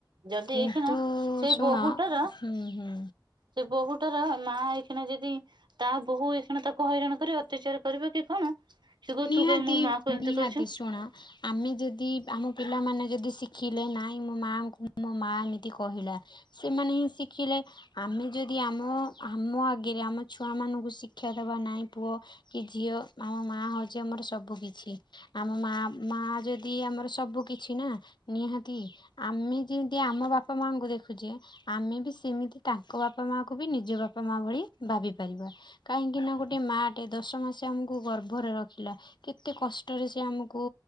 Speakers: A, on the right (about 80°); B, on the left (about 80°).
A: ଯଦି
B: କିନ୍ତୁ
A: ଏଇଖିଣା ସେଇ
B: ଶୁଣ
A: ବୋହୂଟାର
B: ହୁଁ ହୁଁ।
A: ସେ ବୋହୁଟାର ମା ଏଇଖିଣା ଯଦି ତା ବୋହୁ ଏଇକ୍ଷିଣା ତାକୁ ହଇରାଣ କରି ଅତ୍ୟାଚାର କରିବ କି କଣ ସେ କହିବ
B: ନିହାତି
A: ତୁ କାଇଁ ମୋ ମା କୁ
B: ନିହାତି
A: ଏମିତି କହିଛୁ
B: ଶୁଣ ଆମେ ଯଦି ଆମ ପିଲାମାନେ ଯଦି ଶିଖିଲେ ନାଇଁ ମୋ ମାଆଙ୍କୁ ମୋ ମା ଏମିତି କହିଲା ସେମାନେ ହିଁ ଶିଖିଲେ। ଆମେ ଯଦି ଆମ ଆମ ଆଗରେ ଆମ ଛୁଆମାନଙ୍କୁ ଶିକ୍ଷା ଦେବା ନାଇଁ ପୁଅ କି ଝିଅ ଆମ ମା ହଉଛି ଆମର ସବୁ କିଛି ଆମ ମା ମା ଯଦି ଆମର ସବୁ କିଛି ନା ନିହାତି ଆମେ ଯେନ୍ତି ଆମ ବାପା ମାଙ୍କୁ ଦେଖୁଛେ ଆମେ ବି ସେମିତି ତାଙ୍କ ବାପା ମା କୁ ବି ନିଜ ବାପା ମା ଭଳି ଭାବି ପାରିବା। କାହିଁକି ନା ଗୋଟେ ମାଟେ ଦଶ ମାସେ ଆମକ କୁ ଗର୍ବରେ ରଖିଲା କେତେ କଷ୍ଟରେ ସେ ଆମକୁ